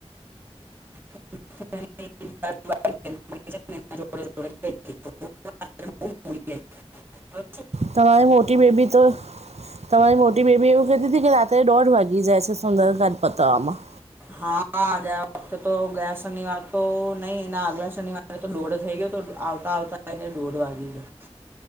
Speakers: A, on the right; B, on the right.
A: <unintelligible> <inaudible>
B: તમારી મોટી બેબી તો- તમારી મોટી બેબી એવું કતી હતી કે રાત્રે દોઢ વાગી જાય છે સુંદરગાટ પતાવવામાં-
A: હા ગયા વખતે તો ગયા શનિવાર તો નહી એના આગલા શનિવાર- તો દોઢ થઈ ગયો તો આવતા આવતા એને દોઢ વાગી ગયો-